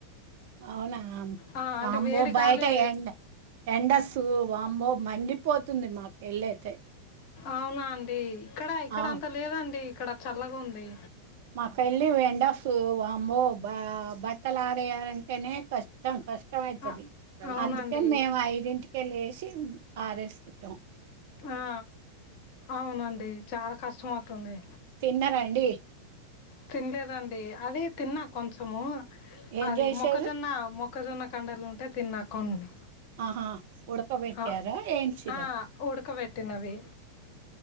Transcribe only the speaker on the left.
ఆ, అంటే
వేడి
గాలి
అవునా అండి ఇక్కడ ఇక్కడ
అంతా లేదండి ఇక్కడ చల్లగా ఉంది
ఆ, అవునండి
ఆ అవునండి చాలా కష్టం అవుతు తుంది
తినలేదండి అదే తిన్నా కొంచము
అది
మొక్కజొన్న మొక్క మొక్కజొన్న కండలు ఉంటే తిన్నా కొన్ని
ఆ
ఆ ఉడకబెట్టినవి